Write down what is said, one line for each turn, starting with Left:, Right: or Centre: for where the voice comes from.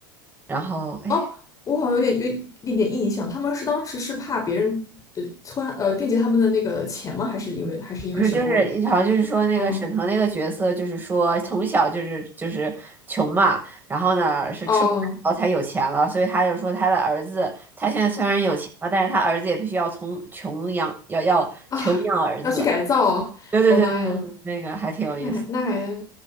Right: 然后哎。
Left: 哦，我好像有点有一点点印象，他们是当时是怕别人呃穿呃惦记他们的那个钱吗？还是因为还是因为什么？
Right: 不是，就是好像就是说那个沈腾那个角色，
Left: 我嗯
Right: 就是说从小就是就是穷嘛，然后呢是吃苦耐劳才有钱了，
Left: 哦
Right: 所以他就说他的儿子，他现在虽然有钱了，但是他儿子也必须要从穷养，要要穷养儿子。
Left: 啊，要去改造哦，
Right: 对对对对对，
Left: 我的妈呀，
Right: 那个还挺有意思。
Left: 那还那还